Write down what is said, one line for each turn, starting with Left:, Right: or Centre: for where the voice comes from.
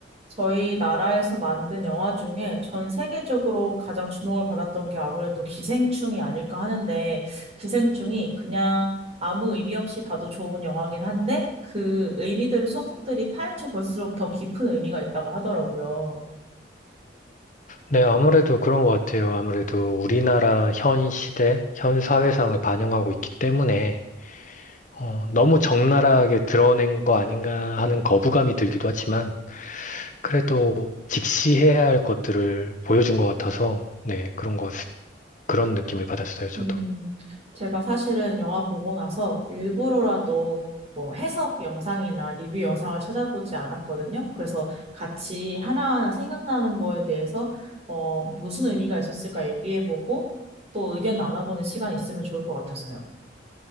Right: 저희 나라에서 만든 영화 중에 전 세계적으로 가장 주목을 받았던 게 아무래도 기생충이 아닐까 하는데, 기생충이 그냥 아무 의미 없이 봐도 좋은 영화긴 한데, 그 의미들을 속속들이 파헤쳐 볼수록 더 깊은 의미가 있다고 하더라고요.
Left: 네, 아무래도 그런 것 같아요. 아무래도 우리나라 현 시대, 현 사회상을 반영하고 있기 때문에 어, 너무 적나라하게 드러낸 거 아닌가 하는 거부감이 들기도 하지만 그래도 직시해야 할 것들을 보여준 것 같아서 네, 그런 것, 그런 느낌을 받았어요, 저도.
Right: 음, 제가 사실은 영화 보고 나서 일부러라도 뭐 해석 영상이나 리뷰 영상을 찾아보지 않았거든요. 그래서 같이 하나하나 생각나는 거에 대해서 어, 무슨 의미가 있었을까 얘기해보고 또 의견 나눠보는 시간이 있으면 좋을 것 같아서요.